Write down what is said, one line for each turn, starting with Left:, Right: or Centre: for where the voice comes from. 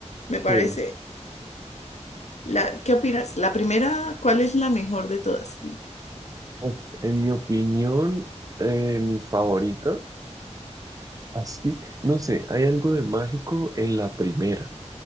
Left: me parece.
Right: Sí.
Left: La, ¿qué opinas? La primera, ¿cuál es la mejor de todas?
Right: Uf, En mi opinión, eh, mi favorita, así, no sé, hay algo de mágico en la primera.